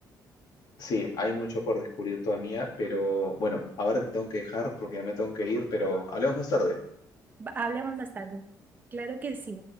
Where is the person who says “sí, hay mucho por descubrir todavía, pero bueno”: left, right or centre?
Left